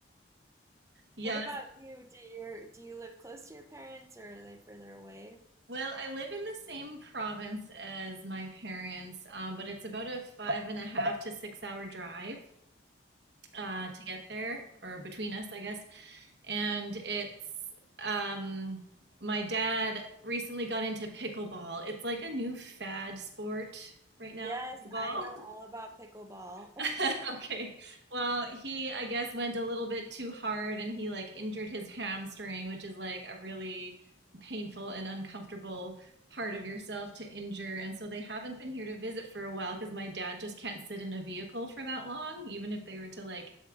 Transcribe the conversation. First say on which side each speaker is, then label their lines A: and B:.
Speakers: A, on the right (about 70°); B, on the right (about 15°).
A: <laughs> Yeah,
B: What about you? Do you do you live close to your parents or are they further away?
A: Well, I live in the same province as my parents, um, but it's about a five and a half to six hour drive uh, to get there, or between us, I guess. And it's um, my dad recently got into pickleball. It's like a new fad sport right
B: Yes,
A: now, pickleball.
B: I know all about pickleball.
A: <laughs> okay. Well, he, I guess, went a little bit too hard and he like injured his hamstring, which is like a really painful and uncomfortable part of yourself to injure. And so they haven't been here to visit for a while because my dad just can't sit in a vehicle for that long, even if they were to like